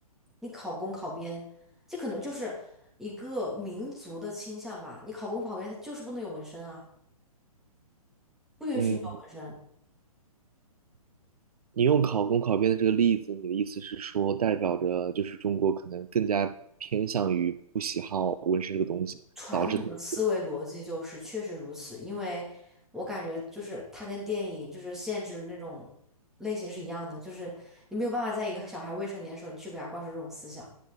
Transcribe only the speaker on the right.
嗯，你用考公考编的这个例子，你的意思是说，代表着就是中国可能更加偏向于不喜好纹身这个东西，
导致他们